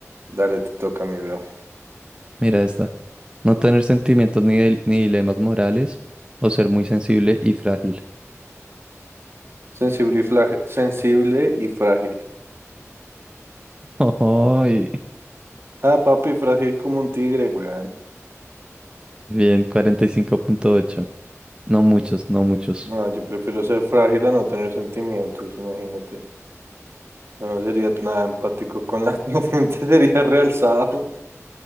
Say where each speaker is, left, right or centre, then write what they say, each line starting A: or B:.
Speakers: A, on the right; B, on the right.
A: Dale, te toca, mi bro.
B: mira esta. No tener sentimientos ni, dil- ni dilemas morales o ser muy sensible y frágil.
A: Sensible y, fla- sensible y frágil.
B: Ay,
A: Ah, papi, frágil como un tigre, güey.
B: bien, 45.8. No muchos, no muchos.
A: No, yo prefiero ser frágil a no tener sentimientos, imagínate. Yo no sería nada empático con la <laughs> gente, sería realzado.